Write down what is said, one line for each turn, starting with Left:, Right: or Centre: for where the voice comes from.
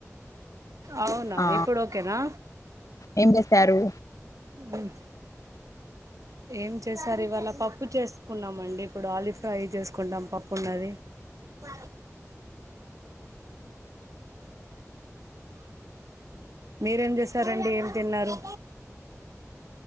Right: అవునా
Left: ఆ
Right: ఇప్పుడు ఓకేనా
Left: ఏం చేసారు
Right: ఉం ఏం చేశారు ఇవాళ పప్పు చేసుకున్నామ అండి ఇప్పుడు ఆలు ఫ్రై చేసుకుంటాం పప్పు ఉండాది బ మీరేం చేశారండి ఏం తిన్నారు